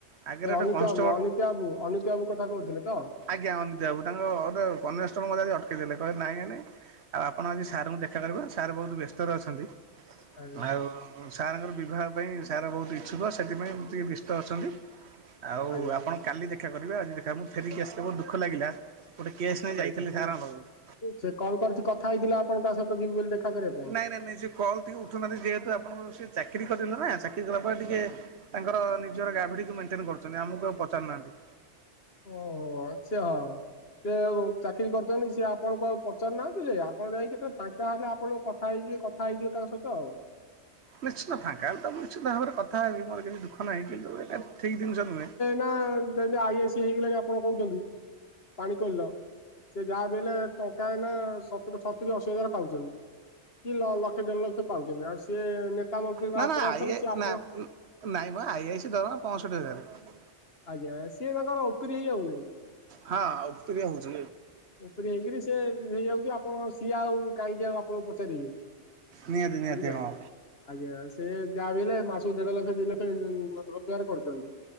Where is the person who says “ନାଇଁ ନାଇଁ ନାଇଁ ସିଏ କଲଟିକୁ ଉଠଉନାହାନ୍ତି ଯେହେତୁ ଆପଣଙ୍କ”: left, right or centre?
Right